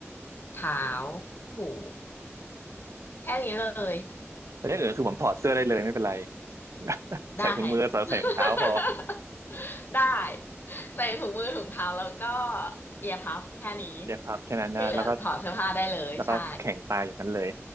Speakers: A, on the left; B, on the right.
A: เท้าหูแค่นี้เลย
B: แต่อย่างอื่นคือผมถอดเสื้อได้เลยไม่เป็นไร <laughs>
A: ได้
B: ใส่ถุงมือใส่ใส่ถุงเท้าพอ
A: <laughs> ได้ใส่ถุงมือถุงเท้าแล้วก็เอียร์พัฟแค่นี้
B: เย็บพับแค่นั้นนะแล้วก็
A: ที่เหลือถอดเสื้อผ้าได้เลยใช่
B: แล้วก็แข่งตายอย่างนั้นเลย